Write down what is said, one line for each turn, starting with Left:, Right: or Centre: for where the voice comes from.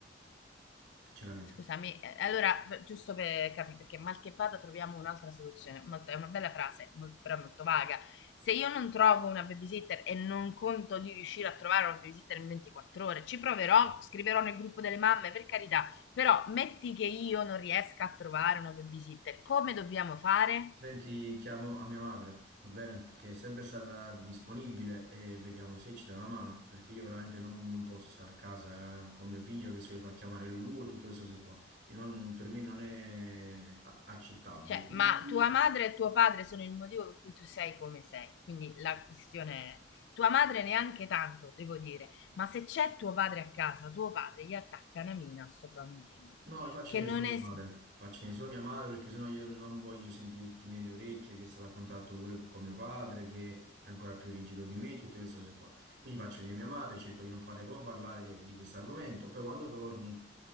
Right: sinceramente.
Left: Scusami, eh, allora, b- giusto per capire, perché mal che vada troviamo un'altra soluzione. Molto- è una bella frase, mol- però è molto vaga. Se io non trovo una babysitter e non conto di riuscire a trovare una babysitter in 24 ore, ci proverò, scriverò nel gruppo delle mamme, per carità. Però metti che io non riesca a trovare una babysitter, come dobbiamo fare?
Right: Senti, chiamo a mia madre, va bene? Che è sempre stata disponibile e vediamo se ci dà una mano, perché io veramente non, non posso stare a casa con mio figlio che si vuole far chiamare Lulu e tutte queste cose qua. E non- per me non è a- accettabile,
Left: Cioè,
Right: quindi
Left: ma tua madre e tuo padre sono il motivo per cui tu sei come sei. Quindi la questione è, tua madre neanche tanto, devo dire, ma se c'è tuo padre a casa, tuo padre gli attacca una mina a sto bambino,
Right: No, faccio
Left: che
Right: venire
Left: non
Right: solo mia
Left: è...
Right: madre, faccio venire solo mia madre perché sennò io non voglio sentirti nelle orecchie che è stato a contatto pure co- con mio padre, che è ancora più rigido di me, tutte queste cose qua. Quindi faccio venire mia madre, cerco di non farle proprio parlare de- di questo argomento, poi quando torni